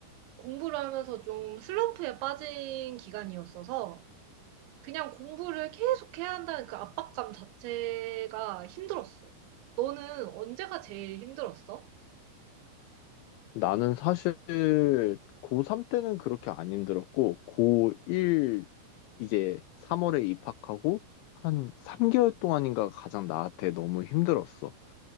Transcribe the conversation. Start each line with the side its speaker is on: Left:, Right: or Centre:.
Right: 공부를 하면서 좀 슬럼프에 빠진 기간이었어서, 그냥 공부를 계속 해야 한다는 그 압박감 자체가 힘들었어. 너는 언제가 제일 힘들었어?
Left: 나는 사실 고3 때는 그렇게 안 힘들었고, 고1 이제 3월에 입학하고 한 3개월 동안인가 가장 나한테 너무 힘들었어.